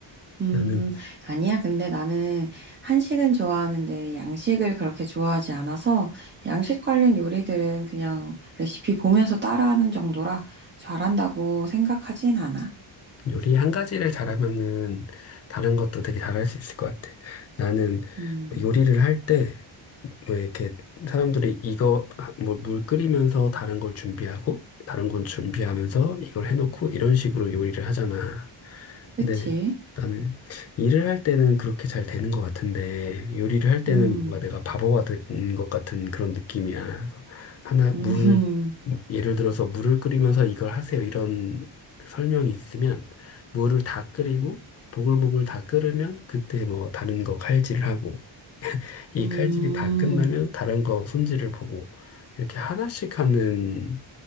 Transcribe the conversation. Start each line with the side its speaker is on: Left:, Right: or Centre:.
Right: 음,
Left: 나는
Right: 아니야. 근데 나는 한식은 좋아하는데 양식을 그렇게 좋아하지 않아서 양식 관련 요리들은 그냥 레시피 보면서 따라하는 정도라 잘한다고 생각하진 않아.
Left: 요리 한 가지를 잘하면은 다른 것도 되게 잘할 수 있을 것 같아. 나는
Right: 음,
Left: 요리를 할 때 왜 이렇게 사람들이 이거 아, 뭐물 끓이면서 다른 걸 준비하고 다른 건 준비하면서 이걸 해놓고 이런 식으로 요리를 하잖아.
Right: 그치?
Left: 근데 나는 일을 할 때는 그렇게 잘 되는 것 같은데 요리를 할 때는
Right: 음,
Left: 뭔가 내가 바보가 된 것 같은 그런 느낌이야. 그래서 하나
Right: <laughs>
Left: 물 예를 들어서 물을 끓이면서 이걸 하세요 이런 설명이 있으면 물을 다 끓이고 보글보글 다 끓으면 그때 뭐 다른 거 칼질을 하고 이
Right: 음, 음,
Left: 칼질이 다 끝나면 다른 거 손질을 보고 이렇게 하나씩 하는